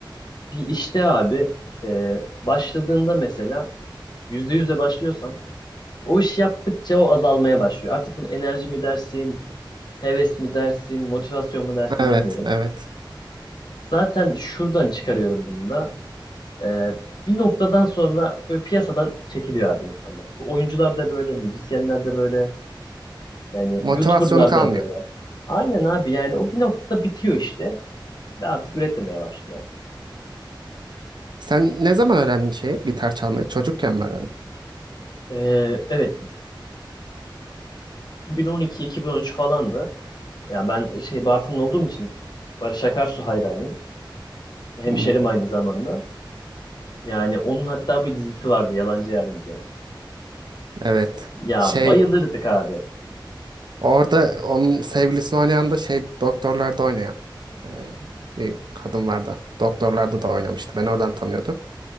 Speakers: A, on the left; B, on the right.
A: Bir işte abi e, başladığında mesela yüzde yüzle başlıyorsan o iş yaptıkça o azalmaya başlıyor. Artık bunu enerji mi dersin, heves mi dersin, motivasyon mu dersin
B: Evet,
A: bilmiyorum.
B: evet.
A: Zaten şuradan çıkarıyorum bunu da. E, bir noktadan sonra böyle piyasadan çekiliyor abi insanlar. Bu oyuncular da böyle, müzisyenler de böyle, yani
B: Motivasyonu
A: YouTuber'lar
B: kalmıyor.
A: da böyle. Aynen abi yani o bir noktada bitiyor işte. ve artık üretmemeye başlıyor.
B: Sen ne zaman öğrendin şeyi? Gitar çalmayı çocukken mi öğrendin?
A: Ee, evet 2012-2013 falandı. Ya ben şey Bartın'da olduğum için Barış Akarsu hayranıyım. Hemşerim
B: Hı.
A: aynı zamanda. Yani onun hatta bir dizisi vardı Yalancı Yarim diye.
B: Evet.
A: Ya
B: Şey
A: bayılırdık abi.
B: orada onun sevgilisini oynayan da şey doktorlarda oynayan e, bir kadın vardı. Doktorlarda da oynamıştı. Ben oradan tanıyordum.